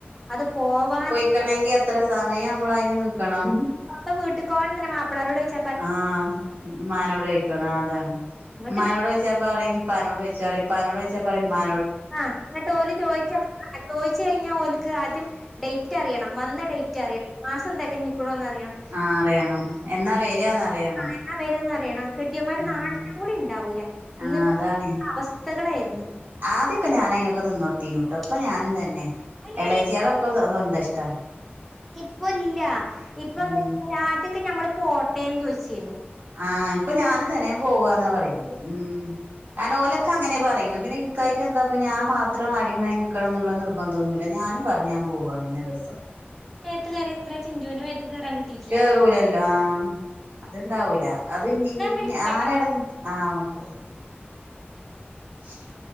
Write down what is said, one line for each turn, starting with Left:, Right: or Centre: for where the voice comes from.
Centre: അത് പോവാൻ... നമ്മക്ക്
Right: നക്കണമെങ്കി എത്ര സമയം നമ്മൾ അതിന് നക്കണം.
Centre: അപ്പ വീട്ട് പോവാൻന്നെ മാപ്പളാരോടോയിച്ച...
Right: ആഹ, മ്മാനോടോയിക്കണം അതാണ്.
Centre: ഇങ്ങട്ട്
Right: മ്മാനോട് ചോയിച്ചപ്പ പറയും പ്പാനോടോ പ്പാനോടോയിച്ച പറയും മ്മാ
Centre: ആഹ, എന്നട്ടോല് ചോദിച്ച ആ ചോയിച്ച കഴിഞ്ഞാ ഓൽക്ക് ആദ്യം... ഡേറ്റ് അറിയണം. വന്ന ഡേറ്റ് അറിയണം. മാസം തികഞ്ഞ ക്കണോന്ന് അറിയണം.
Right: ആ അറിയണം. എന്നാ വരാന്ന് അറിയണം.
Centre: ആ എന്നാ വരാന്ന അറിയണം. കെട്ടിയമാര്
Right: ഉം
Centre: നാട്ടിലുകൂടി ഉണ്ടാവൂല. ഇന്ന്
Right: ആഹ് അതാണ്
Centre: അവസ് വസ്ഥകളെയിര്നി.
Right: ആദ്യൊക്കെ ഞാന അതിന നൊക്കെ നിന്നൊട്തീനിട്ടൊ, ഇപ്പൊ
Centre: ഉം
Right: ഞാനും തന്നെ,
Centre: അയിനെടി
Right: എളച്ചികളൊക്കെ സ്വന്തഷ്ട.
Centre: ഇപ്പ ഇല്യാ, ഇപ്പ
Right: ഉം
Centre: എന്താച്ച ആദ്യൊക്കെ ഞമ്മള് പോട്ടെന്ന് ചോദിചീനു.
Right: ആഹ, ഇപ്പൊ ഞാനുംതന്നെ പോവന്നാ പറയുന്നത്. ഉം... കാരണം ഓലൊക്കെ അങ്ങനെ പറയുന്ന്, പിന്നെ ഇൻക്കായിട്ട എന്താപൊ ഞാൻ മാത്ര ഇത്ര അടിമായി നൽക്കണം എന്നുള്ള നിർബന്ധന്നുമല്ല. ഞാനും പറഞ്ഞ് ഞാൻ പോവാണ് ഇന്ന ദിവസം.
Centre: വേത്ത് കയറി ഇത്ര ചിഞ്ചുന്റെമേത്ത് കേറാൻ കിട്ടി
Right: കേറൂലല്ലോ, ആഹ, അത്ണ്ടാവൂല. അത് ഇഞ്ഞി ഇഞ്ഞി
Centre: ഞാൻ വിളിക്കാട്ടോ
Right: ഞാനടൻ ആ, ഓക്കേ ഓക്കെ. ശർ.